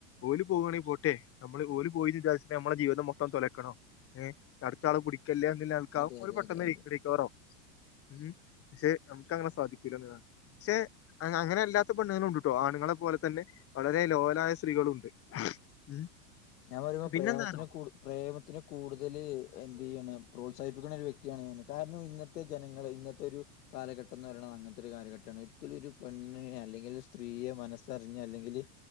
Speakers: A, on the left; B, on the left.
A: ഓല് പോകുകയാണെങ്കിൽ പോട്ടെ നമ്മള് ഓല പോയിന്ന് വിച നമ്മുടെ ജീതം മൊത്തം തലയ്ക്കണോ? ഏ അടുത്ത ആളെ പിടികല്ലോ, എന്ന് ള്ളനിലക്ക്
B: അതെ അതെ
A: പെട്ടെന്ന്
B: അതെ അതെ
A: റീക്കവറകും. ഉം പക്ഷെ നമുക്ക് അങ്ങനെ സാധിക്കൂല എന്നതാണ്. പക്ഷെ അങ്ങനെ അല്ലാത്ത പെണ്ണങ്ങൾ ഉണ്ട് കട്ടോ ആണുങ്ങളെ പോലെ തന്നെ. വളരെ ലോലായ സ്ത്രീകളുണ്ട്. ഉം
B: ഞാൻ പറയുമ്പോൾ
A: പിന്നെന്താന്നോ
B: പ്രേമത്തിന് കൂട് പ്രേമത്തിന് കൂടുതൽ എന്ത് ചെയ്യാണ് പ്രോത്സാഹിപ്പിക്കുന്ന ഒരു വ്യക്തിയാണ് ഞാൻ, കാരണം ഇന്നത്തെ ഇത്തെ ജനങ്ങൾ ഇന്നത്തെ ഒരു. കാലഘട്ടം എന്ന് പറയണത് അങ്ങനത്തെ ഒരു കാലഘട്ടമാണ്. ഒരിക്കലും ഒരു പെണ്ണിനെ അല്ലെങ്കിൽ സ്ത്രീയെ മനസ്സറിഞ്ഞ് അല്ലെങ്കില്.